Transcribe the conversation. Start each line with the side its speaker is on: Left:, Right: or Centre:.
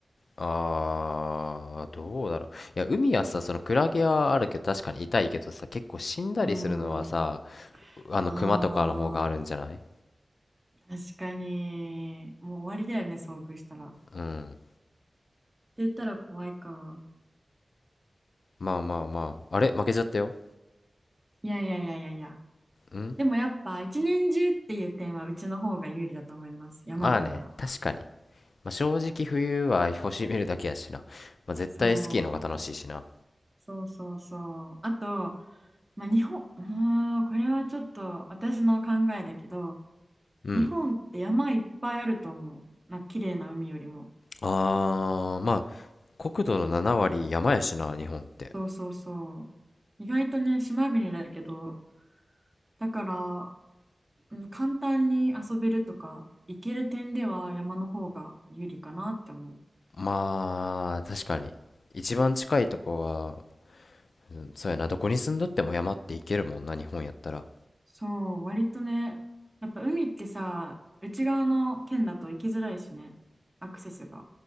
Left: あーどうだろういや海はさそのクラゲはあるけど確かに痛いけどさ結構死んだりするのはさ
Right: うーん、
Left: あのクマとかの方があるんじゃない
Right: あー、確かに、もう終わりだよね、遭遇したら。って
Left: うん
Right: 言ったら怖いか。
Left: まあまあまあ。あれ負けちゃったよ。
Right: いやいやいやいやいや。
Left: ん
Right: でもやっぱ、一年中っていう点は、うちの方が有利だと思います。山の方が。
Left: まあね、確かに。まあ、正直冬は星見るだけやしな。まあ、絶対スキーの方が楽しいしな。
Right: そう。そうそうそう。あと、まあ、日本、うーん、これはちょっと私の考えだけど、
Left: うん。
Right: 日本って山いっぱいあると思う。な、綺麗な海よりも。
Left: あー、まあ、国土の7割山やしな、日本って。
Right: そうそうそう。意外とね、島国だけど、だから、うん、簡単に遊べるとか、行ける点では山の方が有利かなって思う。
Left: まあ、確かに。一番近いとこは、うんそうやな、どこに住んどっても山って行けるもんな、日本やったら。
Right: そう、割とね、やっぱ海ってさ、内側の県だと行きづらいしね、アクセスが。